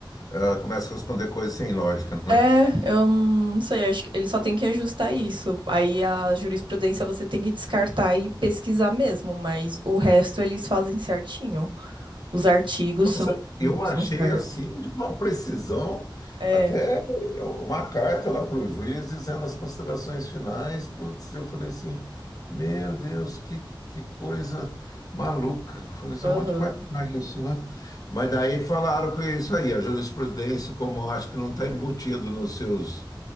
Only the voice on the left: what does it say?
ela começa a responder coisas sem lógica, né?
Nossa,
eu achei
assim de uma precisão,
até uma carta lá para o juiz dizendo as considerações finais. Putz, eu falei assim, meu Deus, que, que coisa maluca. Eu Falei assim,
onde que vai pegar isso, né? Mas daí falaram que é isso aí, a jurisprudência, como eu acho que não está embutido nos seus,